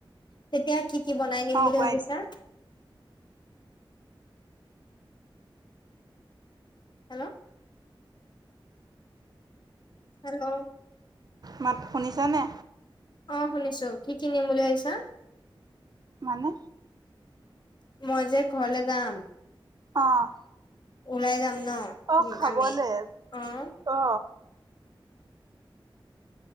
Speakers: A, on the left; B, on the right.
A: তেতিয়া কি কি বনাই দিম
B: অ
A: বুলি
B: কোৱা
A: ভাবিছা? হেল্ল' হেল্ল'
B: মাত শুনিছা নে
A: অ শুনিছো, কি কি নিম বুলি ভাবিছা?
B: মানে
A: মই যে ঘৰলে যাম।
B: অঁ
A: ওলাই যাম ন।
B: অ খাবলে
A: আমি অ
B: অ।